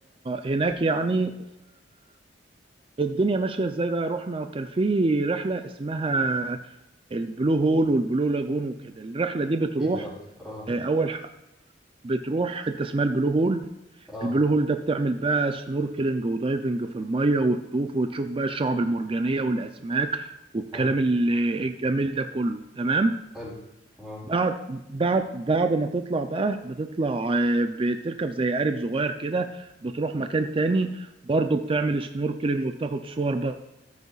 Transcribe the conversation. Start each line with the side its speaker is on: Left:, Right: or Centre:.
Right: هناك يعني فالدنيا ماشيه ازاي بقى رحنا كان في رحله اسمها البلو هول والبلو لاجون وكده الرحله دي بتروح
Centre: احكي لي اكتر اه
Right: آه، اول ح- بتروح حته اسمها البلو هول
Centre: اه
Right: البلو هول ده بتعمل بقى سنوركلينج ودايفنج في الميه وتطوف وتشوف بقى الشعب المرجانيه والاسماك والكلام
Centre: حلو
Right: ال- الجميل ده كله تمام
Centre: حلو اه
Right: بعد بعد بعد ما تطلع بقى بتطلع آه، بتركب زي قارب صغير كده بتروح مكان تاني برضه بتعمل سنوركلينج وبتاخد صور بقى